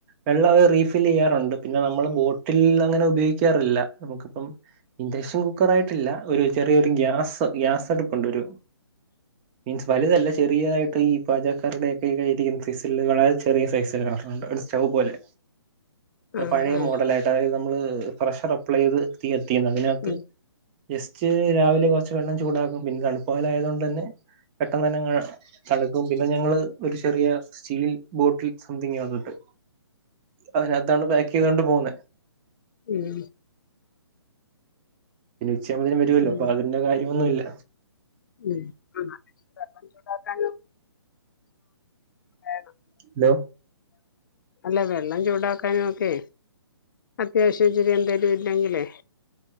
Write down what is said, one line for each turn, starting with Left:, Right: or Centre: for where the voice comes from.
Right: വെള്ള അത് റീഫില്ല് ചെയ്യാറുണ്ട് പിന്നെ നമ്മള് ബോട്ടിൽ അങ്ങനെ ഉപയോഗിക്കാറില്ല നമുക്കിപ്പം ഇൻഡക്ഷൻ കുക്കർ ആയിട്ടില്ല ഒരു ചെറിയൊരു ഗ്യാസ് ഗ്യാസടുപ്പുണ്ട് ഒരു മീൻസ് വലുതല്ല ചെറിയതായിട്ട് ഈ പാചക്കാരുടെയൊക്കെ കയ്യിലിരിക്കുന്ന സൈസില് വളരെ ചെറിയ സൈസ്ണ്ട് സ്റ്റൗ പോലെ
Left: ആഹ്
Right: പഴയ
Left: ആഹ്
Right: മോഡല ആയിട്ട അതായത് നമ്മള് ഫ്രഷർ അപ്ലൈ ചെയ്ത് തീ കത്തിക്കുന്ന അതിനകത്ത്
Left: ഉം
Right: ജസ്റ്റ് രാവിലെ കുറച്ച് വെള്ളം ചൂടാക്കും പിന്നെ തണുപ്പു കാല ആയതോണ്ടെന്നെ പെട്ടെന്നെന്നെങ്ങ് തണുക്കും പിന്നെ ഞങ്ങള് ഒരു ചെറിയ സ്റ്റീൽ ബോട്ടിൽ സംതിങ് അതുണ്ട് അതിനകത്താണ് പാക്കയ്തോണ്ട് പോവുന്നെ
Left: ഉം
Right: ഉച്ച ആകുമ്പോത്തിന് വരുമല്ലോ
Left: ഉം
Right: അപ്പതിന്റെ കാര്യ ഒന്നുമില്ല.
Left: ഉം ആ <inaudible> വേണം
Right: ഹലോ
Left: അല്ല വെള്ളം ചൂടാക്കാനൊക്കെ അത്യാവശ്യം ഇച്ചിരി എന്തെലും ഇല്ലെങ്കിലേ